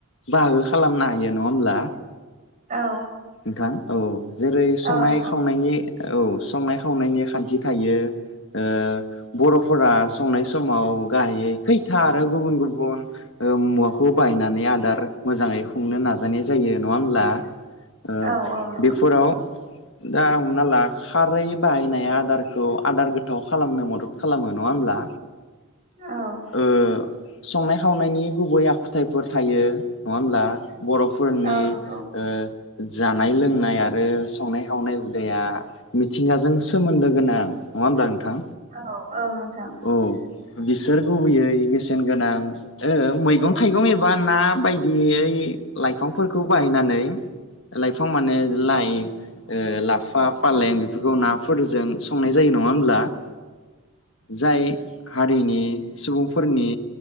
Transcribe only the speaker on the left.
बाहागो खालामनो हायो नङा होमब्ला
नोंथां औ जेरै संनाय
खावनायनि औ संनाय खावनायनि खान्थि थायो ओ बर'फोरा संनाय समाव गाहायै खैथा आरो गुबुन गुबुन मुवाखौ बाहायनानै आदार मोजाङै खुंनो नाजानाय जायो नङा होमब्ला ओ
बेफोराव दा हमना ला खारै बाहायनाय आदारखौ आदार गोथाव खालामनो मदद खालामो नङा होमब्ला
ओ संनाय खावनायनि गुबै आखुथायाइफोर थायो नङा होमब्ला बर'फोरनि
ओ
जानाय लोंनाय आरो संनाय खावनाय हुदाया मिथिंगाजों सोमोन्दो गोनां नङा होमब्ला नों थां
औ बिसोर गुबैयै बेसेन गोनां मैगं थाइगं एबा ना बायदियै लाइफांफोरखौ बाहायनानै लाइफां माने लाइ लाफा फालें बेफोरखौ नाफोरजों संनाय जायो नङा होमब्ला जाय हारिनि सुबुंफोरनि